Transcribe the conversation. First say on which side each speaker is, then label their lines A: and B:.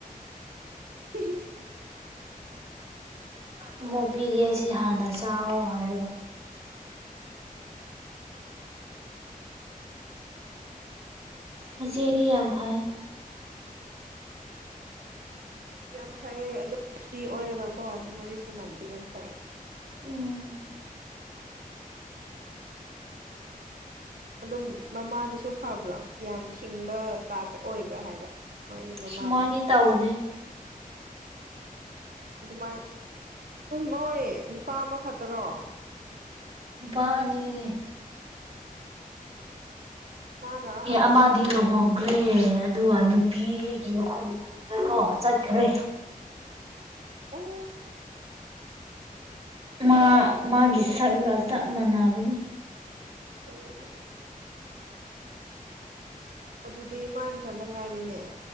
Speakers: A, on the right (about 75°); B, on the right (about 40°).
A: <inaudible>
B: ꯑꯃꯣꯄꯤꯒꯦ ꯁꯤ ꯍꯥꯟꯅ ꯆꯥꯎꯋ ꯍꯥꯏꯔꯒ ꯍꯧꯖꯤꯔꯤ ꯌꯥꯝꯐꯥꯏ
A: ꯌꯥꯝ ꯐꯩꯌꯦ ꯑꯗꯨ ꯐ꯭ꯔꯤ ꯑꯣꯏꯔꯒꯀꯣ ꯑꯗꯨ ꯋꯥꯔꯤ ꯁꯥꯟꯅꯕꯗꯤ ꯌꯥꯝ ꯐꯩ
B: ꯎꯝ
A: ꯑꯗꯨꯝ ꯃꯃꯥꯗꯨꯁꯨ ꯐꯕ꯭ꯔꯣ ꯌꯥꯝ ꯐꯤꯡꯕ ꯇꯥꯏꯞꯇ ꯑꯣꯏꯕ꯭ꯔꯥ ꯍꯥꯏꯕ ꯃꯥꯒꯤ ꯃꯃꯥꯗꯣ
B: ꯁꯨꯃꯥꯏꯗꯤ ꯇꯧꯗꯦ
A: ꯑꯗꯨꯃꯥꯏ ꯃꯣꯏ ꯅꯨꯄꯥ ꯑꯃ ꯈꯛꯇꯔꯣ
B: ꯍꯣꯏ ꯑꯗꯨꯅꯤ꯫
A: ꯃꯥꯅ ꯑꯍꯟꯔꯣ
B: ꯑꯃꯗꯤ ꯂꯨꯍꯣꯡꯒ꯭ꯔꯦ꯫
A: ꯑꯇꯣꯝ
B: ꯑꯗꯨꯒ ꯅꯨꯄꯤꯒꯤ ꯈꯨꯟꯗꯀꯣ ꯆꯠꯈ꯭ꯔꯦ꯫
A: ꯑꯣ
B: ꯃꯥ ꯃꯥꯒꯤ ꯁꯛꯒ ꯆꯞ ꯃꯥꯟꯅꯕꯅꯤ꯫
A: ꯎ ꯑꯗꯨꯗꯤ ꯃꯒꯤ ꯃꯊꯟꯇ ꯉꯥꯏꯔꯤꯅꯦ꯫